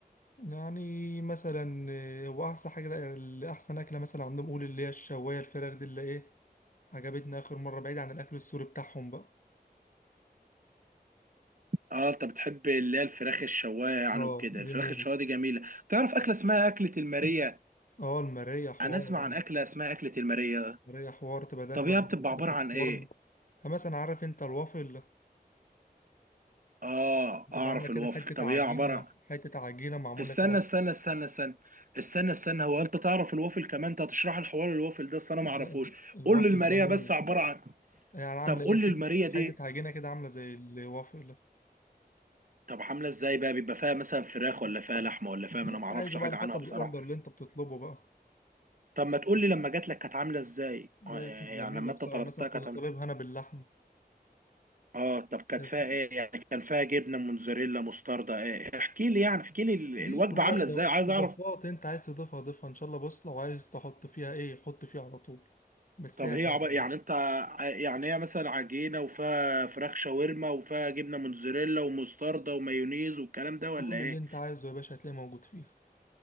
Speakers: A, on the left (about 55°); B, on the right (about 55°).
A: يعني مثلا آه، وأحسن حاجة اللي أحسن أكلة مثلا عندهم قول اللي هي الشواية الفراخ دي اللي إيه عجبتني آخر مرة بعيد عن الأكل السوري بتاعهم بقى
B: اه انت بتحب اللي هي الفراخ الشوايه يعني
A: اه
B: وكده
A: دي
B: الفراخ
A: موت
B: الشوايه دي جميله تعرف اكله اسمها اكله الماريه
A: اه المراية حوار
B: انا اسمع عن اكله اسمها اكله الماريه
A: المراية حوار تبقى داخلة
B: طب هي
A: برضه
B: بتبقى
A: كده
B: عباره
A: في الفرن
B: عن ايه
A: مثلا عارف انت الوافل
B: اه
A: تبقى
B: اعرف
A: عاملة كده
B: الوافل
A: حتة
B: طب
A: عجينة
B: ايه عباره
A: مع حتة عجينة معمولة
B: استنى
A: كده
B: استنى استنى استنى استنى استنى هو انت تعرف الوافل كمان انت هتشرح الحوار الوافل ده أصل انا
A: لا
B: ما اعرفوش
A: ال- الوافل
B: قول لي الماريه
A: ده موت
B: بس عباره عن
A: يعني عامله
B: طب
A: ايه
B: قول
A: حته
B: لي الماريه دي
A: حتة عجينه كده عامله زي الوافل ده
B: طب عامله ازاي بقى بيبقى فيها مثلا فراخ ولا فيها لحمه ولا فيها
A: اللي
B: انا
A: انت
B: ما اعرفش
A: عايزه بقى
B: حاجه
A: على حسب
B: عنها بصراحه
A: الاوردر اللي انت بتطلبه بقى
B: طب ما تقول لي لما جات لك كانت عامله ازاي
A: ده
B: آه،
A: كانت جميله
B: يعني لما
A: بصراحه
B: انت طلبتها
A: مثلا كنت
B: كانت عامله
A: طالبها انا باللحمه
B: اه طب كانت
A: كانت-
B: فيها ايه يعني كان فيها جبنه موتزاريلا مستردة ايه احكي لي يعني احكي لي ال-
A: دي
B: الوجبه
A: كلها
B: عامله
A: إضا-
B: ازاي عايز
A: اضافات
B: اعرف
A: انت عايز تضيفها ضيفها ان شاء الله بص لو عايز تحط فيها ايه حط فيها على طول بس
B: طب
A: هي هتعجبك
B: هي عب... يعني انت ع- يعني هي مثلا عجينه وفيها فراخ شاورما وفيها جبنه موتزاريلا ومستردة ومايونيز والكلام ده ولا
A: كل
B: ايه؟
A: اللي انت عايزه يا باشا هتلاقيه موجود فيها